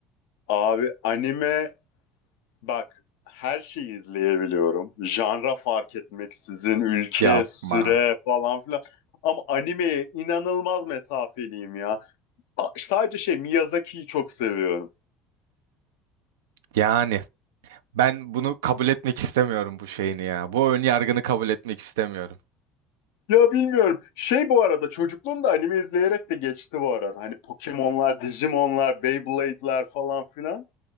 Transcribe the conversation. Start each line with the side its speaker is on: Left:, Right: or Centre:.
Left: Abi anime bak her şeyi izleyebiliyorum. Janra fark etmeksizin, ülke,
Right: yapma.
Left: süre falan filan. Ama animeye inanılmaz mesafeliyim ya. A- Sadece şey Miyazaki'yi çok seviyorum.
Right: Yani ben bunu kabul etmek istemiyorum bu şeyini ya. Bu ön yargını kabul etmek istemiyorum.
Left: Ya bilmiyorum. Şey bu arada çocukluğumda anime izleyerek de geçti bu arada. Hani Pokemon'lar, Digimon'lar, Beyblade'ler falan filan.